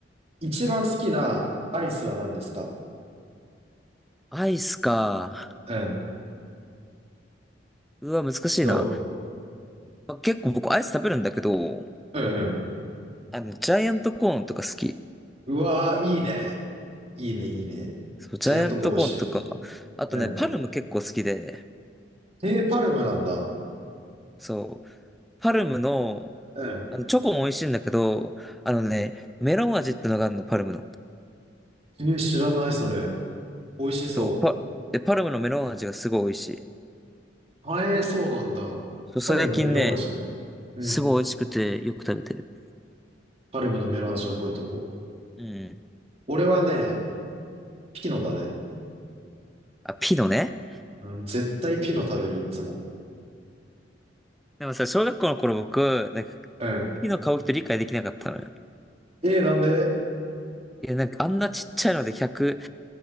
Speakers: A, on the right; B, in the centre.
A: 一番好きなアイスは何ですか
B: アイスか。
A: うん。
B: うわ、難しいな。
A: ど
B: あ結構僕アイス食べるんだけど、
A: ううん
B: あの、ジャイアントコーンとか好き。
A: うん。うわー、いいね。いいね、いいね。
B: そう、ジャイアントコーンとか、
A: ジャイアントコーン美味しいよね。
B: あとね、
A: うん。
B: パルム結構好きで、
A: えー、パルムなんだ。
B: そう、パルムの、
A: うん。
B: あの、チョコも美味しいんだけど、あのね、メロン味ってのがあるの、パルムの。
A: えー、知らない、それ。美味しそ
B: そう、パ、で、パルムのメロン味がすごい美味しい。
A: う。はえー、そうなんだ。
B: そう、最近ね、
A: パルムのメロン味ね。うん。
B: すごい美味しくてよく食べてる。
A: パルムのメロン味覚えとこう。
B: うん。
A: 俺はね、ピノだね。
B: あ、ピノね。
A: うん、絶対ピノ食べる、いつも。
B: でもさ、小学校の頃僕、なんか、
A: うん。
B: ピノ買う人理解できなかったのよ。
A: えー、なんで
B: いや、なんかあんなちっちゃいので100、